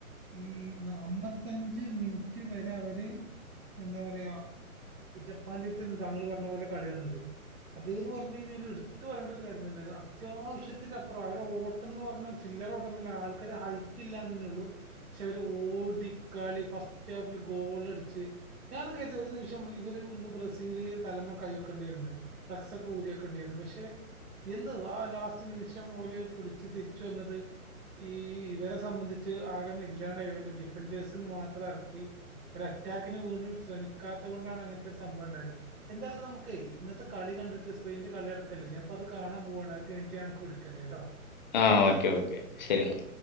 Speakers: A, on the right; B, on the left.
A: ഈ ന അമ്പത്തഞ്ച് മിനിറ്റ് വരെ അവര് എന്താ പറയാ ജപ്പാന്റെത്ത്ന്ന് താങ്കൾ പറഞ്ഞ പോലെ കളി വന്നത് അത് ന്ന് പറഞ്ഞു കഴിഞ്ഞാല് എടു ത്ത് പറയേണ്ട ഒരു കാര്യം തന്നേണ് അത്യാവിശ്യത്തിന്റെ അപ്പുറം അവര് ഓട്ടന്ന് പറഞ്ഞാൽ ചില്ലറ ഓട്ടൊന്നും അല്ല ആൾക്കാര് ഹൈ <unintelligible> എന്നന്നെ ഉള്ളൂ പക്ഷെ അവര് ഓടിക്കളി ഫസ്റ്റ് ഹാഫില് ഗോളടിച്ച് ഞാനും കരുതി ഒരു നിമിഷം ഇവര് ബ്രസീല് തലമ്മേ കൈ വെക്കേണ്ടി വരുന്ന് ഫ്ളാക്സൊക്കെ ഊരി വെക്കേണ്ടി വന്നൂ പക്ഷെ എന്തോ ആ ലാസ്റ്റ് നിമിഷം ഓല് പിടിച്ച് തിരിച്ചു വന്നത് ഈ ഇവരെ സംബന്ധിച്ച് ആകെ അങ്ങട് ഇല്ലാണ്ട് പോല ഡിഫൻഡേഴ്സിന് മാത്രം എറക്കി ഒരു അറ്റാക്കിന് വീണ്ടും ശ്രമിക്കാത്തോണ്ടാണ് അങ്ങനത്തൊരു സംഭവൊണ്ടായത് എന്താലും നമുക്കേ ഇന്നത്തെ കളി കണ്ടിട്ട് സ്പെയിന്റെ കളി നടക്കല്ലേ ഞാൻ അപ്പൊ അത് കാണാൻ പോവാണ് അത് കഴിഞ്ഞട്ട് ഞാൻ നിനക്ക് വിളിക്കണ്ട് കേട്ടോ
B: ആഹ് ഓക്കെ ഓക്കെ ശരി എന്നാ